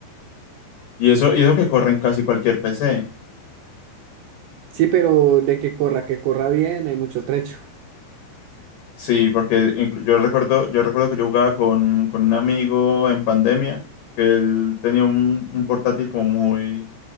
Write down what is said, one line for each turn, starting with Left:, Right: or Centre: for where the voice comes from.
Left: Y eso, y eso que corre en casi cualquier PC.
Right: Sí, pero de que corra, que corra bien, hay mucho trecho.
Left: Sí, porque inclu- yo recuerdo, yo recuerdo que yo jugaba con, con un amigo en pandemia, que él tenía un, un portátil como muy,